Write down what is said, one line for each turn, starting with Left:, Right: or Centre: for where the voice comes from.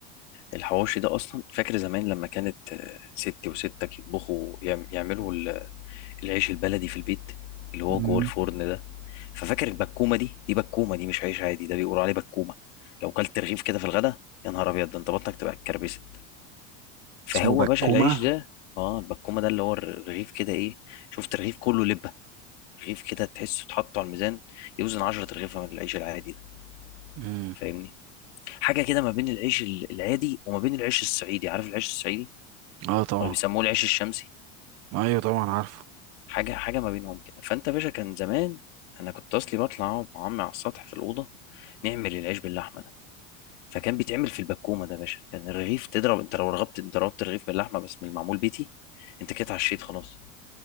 Left: الحواوشي ده اصلا فاكر زمان لما كانت آه، ستي وستك يطبخوا يعم- يعملوا العيش البلدي في البيت اللي هو
Right: مم.
Left: جوه الفرن ده ففاكر البكومه دي دي بكومه دي مش عيش عادي ده بيقولوا عليه بكومه لو كلت رغيف كده في الغدا يا نهار ابيض ده انت بطنك تبقى اتكربست فهو
Right: اسمه بكومة
Left: باشا العيش ده اه البكومه ده اللي هو الرغيف كده ايه شفت رغيف كله لبه رغيف كده تحسه اتحط على الميزان يوزن 10 رغيفه من العيش العادي ده
Right: مم.
Left: فاهمني حاجه كده ما بين العيش ال- العادي وما بين العيش الصعيدي عارف العيش الصعيدي
Right: اه طبعا
Left: ولا بيسموه العيش الشمسي
Right: ايوه طبعا عارفه
Left: حاجه حاجه ما بينهم كده فانت يا باشا كان زمان انا كنت اصلي بطلع اقعد مع عمي على السطح في الاوضه نعمل العيش باللحمه ده فكان بيتعمل في البكومه ده يا باشا كان الرغيف تضرب انت لو رغبت ضربت الرغيف باللحمه بس من المعمول بيتي انت كده اتعشيت خلاص